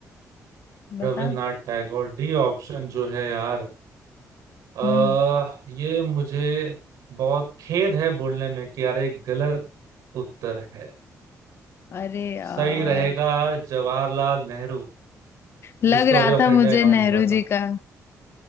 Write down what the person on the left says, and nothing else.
बता
हम्म
अरे यार
लग
रहा
था
मुझे
नेहरू
जी का